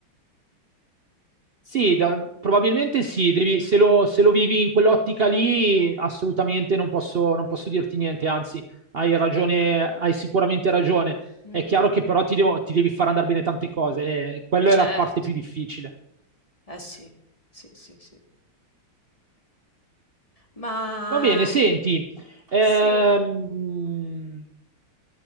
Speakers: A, on the right (about 60°); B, on the left (about 15°).
A: Sì, da- probabilmente sì, devi- se lo, se lo vivi in quell'ottica lì, assolutamente non posso, non posso dirti niente, anzi, hai ragione, hai sicuramente ragione.
B: Mm,
A: È chiaro
B: mm.
A: che però ti, devo- ti devi far andare bene tante cose, e quella è
B: Certo,
A: la parte più difficile.
B: eh sì, sì, sì, sì. Ma
A: Va bene, senti, ehm,
B: sì.